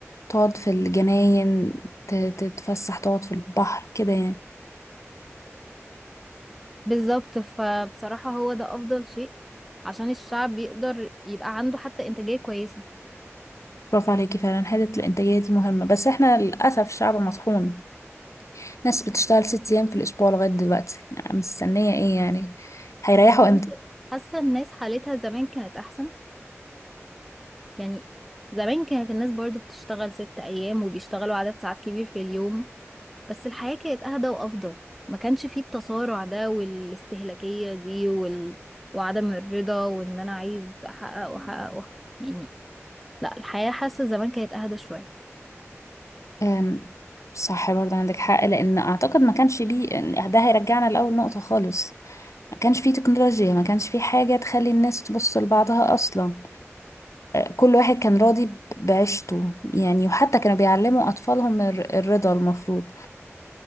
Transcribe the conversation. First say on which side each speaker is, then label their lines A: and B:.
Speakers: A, on the left; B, in the centre.
A: تقعد في الجناين ت- تتفسح تقعد في البحر كده يعني
B: بالظبط فبصراحة هو ده أفضل شيء عشان الشعب يقدر يبقى عنده حتى إنتاجية كويسة
A: برافو عليكي فعلا حتة الإنتاجية دي مهمة بس احنا للأسف شعب مطحون ناس بتشتغل ست أيام في الأسبوع لغاية دلوقتي يعني مستنية ايه يعني هيريحوا
B: بس بجد
A: امتى
B: حاسة الناس حالتها زمان كانت أحسن يعني زمان كانت الناس برضو بتشتغل ست أيام وبيشتغلوا عدد ساعات كبير في اليوم بس الحياة كانت أهدى وأفضل ما كانش فيه التصارع ده والاستهلاكية دي وال... وعدم الرضا وإن أنا عايز أحقق وأحقق وأحقق. يعني لا الحياة حاسة زمان كانت أهدى شوية
A: أم، صح برضه عندك حق لأن أعتقد ما كانش بيه إن- ده هيرجعنا لأول نقطة خالص ما كانش فيه تكنولوجيا ما كانش فيه حاجة تخلي الناس تبص لبعضها أصلا كل واحد كان راضي ب- بعيشته يعني وحتى كانوا بيعلموا أطفالهم الر- الرضا المفروض